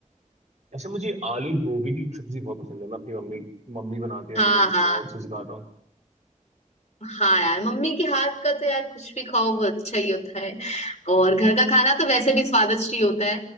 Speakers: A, on the right; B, on the left.
A: ऐसे मुझे आलू गोभी की सब्जी बहुत पसंद है मैं अपनी मम्मी मम्मी बनाती है
B: हाँ
A: तो मैं बहुत
B: हाँ
A: अच्छे से खाता हूँ
B: हाँ यार मम्मी के हाथ का तो यार कुछ भी खाओ वो अच्छा ही होता है और घर का खाना तो वैसे भी स्वादिष्ट ही होता है